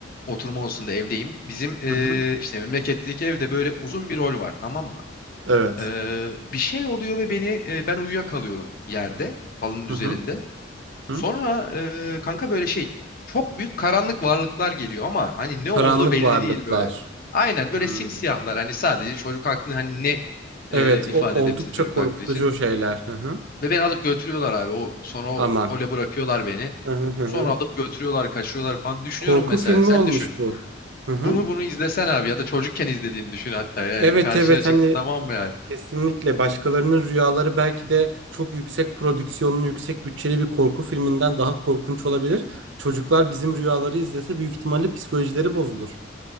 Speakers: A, on the left; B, on the right.
A: oturma odasında evdeyim. Bizim ee,
B: Hı hı.
A: işte memleketteki evde böyle uzun bir rol var tamam mı?
B: evet
A: Ee, bir şey oluyor ve beni ee, ben uyuyakalıyorum yerde halının
B: hı
A: üzerinde.
B: hı hı
A: Sonra e, kanka böyle şey çok büyük karanlık varlıklar geliyor ama hani ne
B: karanlık
A: oldu belli
B: varlıklar.
A: değil böyle. Aynen böyle
B: Hmm.
A: simsiyahlar hani sadece çocuk aklını hani ne e,
B: Evet,
A: ifade
B: o oldukça
A: edebilsin çocuk
B: korkutucu
A: aklı için.
B: şeyler. Hı hı.
A: Ve beni alıp götürüyorlar abi o sonra o
B: Aman.
A: hole bırakıyorlar beni.
B: Hı hı hı.
A: Sonra
B: hı.
A: alıp götürüyorlar kaçıyorlar falan düşünüyorum
B: Korku
A: mesela
B: filmi
A: sen
B: olmuş
A: düşün.
B: bu. Hı hı.
A: Bunu bunu izlesen abi ya da çocukken izlediğini düşün hatta yani
B: Evet
A: karşına
B: evet
A: çıktı
B: hani
A: tamam mı yani.
B: kesinlikle başkalarının rüyaları belki de çok yüksek prodüksiyonlu, yüksek bütçeli bir korku filminden daha korkunç olabilir. Çocuklar bizim rüyaları izlese büyük ihtimalle psikolojileri bozulur.